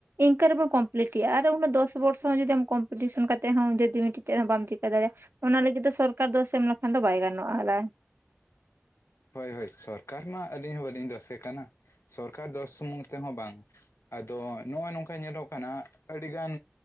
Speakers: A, on the right (about 55°); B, on the left (about 75°).
A: ᱤᱱᱠᱟᱹ ᱨᱮᱵᱚᱱ ᱠᱚᱢᱯᱞᱤᱴ ᱮᱜᱼᱟ ᱟᱨᱮ ᱩᱱᱟᱹᱜ ᱫᱚᱥ ᱟᱵᱚ ᱦᱚᱲᱥᱟᱶ ᱡᱩᱫᱤ ᱟᱢ ᱠᱚᱢᱯᱤᱴᱤᱥᱮᱱ ᱠᱟᱛᱮᱜ ᱦᱚᱸ ᱡᱩᱫᱤ ᱢᱤᱫᱴᱟᱝ ᱪᱮᱫ ᱦᱚᱸ ᱵᱟᱢ ᱪᱤᱠᱟᱹ ᱫᱟᱲᱮᱭᱟᱜᱼᱟ ᱚᱱᱟ ᱞᱟᱹᱜᱤᱫ ᱛᱮ ᱫᱚ ᱥᱚᱨᱠᱟᱨ ᱫᱚᱥ ᱮᱢ ᱞᱮᱠᱷᱟᱱ ᱫᱚ ᱵᱟᱭ ᱜᱟᱱᱚᱜᱼᱟ
B: ᱦᱳᱭ ᱦᱳᱭ ᱥᱚᱨᱠᱟᱨ ᱢᱟ ᱟᱹᱞᱤᱧ ᱦᱚᱸ ᱵᱟᱹᱞᱤᱧ ᱫᱚᱥᱮ ᱠᱟᱱᱟ ᱥᱚᱨᱠᱟᱨ ᱫᱚᱥ ᱥᱩᱢᱩᱝ ᱛᱮᱦᱚᱸ ᱵᱟᱝ ᱟᱫᱚ ᱱᱚᱜᱼᱚᱭ ᱱᱚᱝᱠᱟ ᱧᱮᱞᱚᱜ ᱠᱟᱱᱟ ᱟᱹᱰᱤᱜᱟᱱ